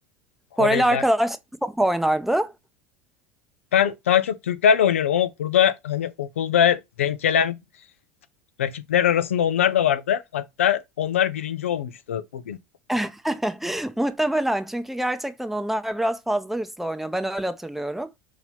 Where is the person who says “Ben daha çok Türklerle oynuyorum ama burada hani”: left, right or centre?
Left